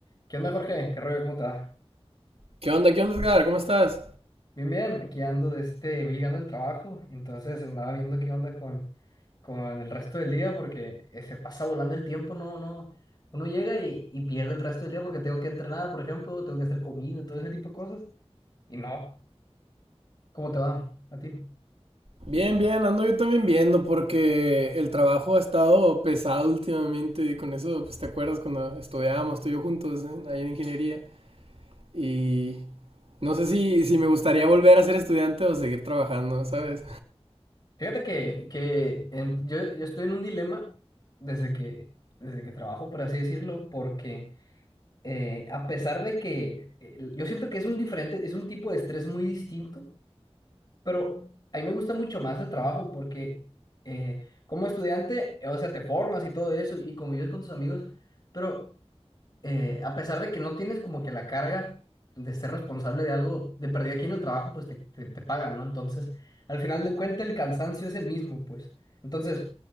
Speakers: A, on the left (about 40°); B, on the right (about 65°).
A: ¿Qué onda, Jorge? ¿Qué rollo? ¿Cómo te va?
B: ¿Qué onda? ¿Qué onda, Edgar? ¿Cómo estás?
A: Bien, bien. Aquí ando de este, voy llegando del trabajo, entonces andaba viendo qué onda con, con el resto del día porque eh, se pasa volando el tiempo, no, no. Uno llega y, y pierde el resto del día porque tengo que entrenar, por ejemplo, tengo que hacer comida, todo ese tipo de cosas. Y no, ¿cómo te va a ti?
B: Bien, bien, ando yo también viendo porque el trabajo ha estado pesado últimamente. Con eso, pues te acuerdas cuando estudiábamos tú y yo juntos ¿eh? ahí en ingeniería. Y no sé si, si me gustaría volver a ser estudiante o seguir trabajando, ¿sabes?
A: Fíjate que, que en- yo, yo estoy en un dilema desde que, desde que trabajo, por así decirlo, porque eh, a pesar de que eh, yo siento que es un diferente, es un tipo de estrés muy distinto Pero a mí me gusta mucho más el trabajo porque eh, como estudiante, eh, o sea, te formas y todo eso y convives con tus amigos, pero eh, a pesar de que no tienes como que la carga de ser responsable de algo, de perder aquí en el trabajo, pues te, te, te pagan, ¿no? Entonces, al final de cuentas, el cansancio es el mismo, pues. Entonces,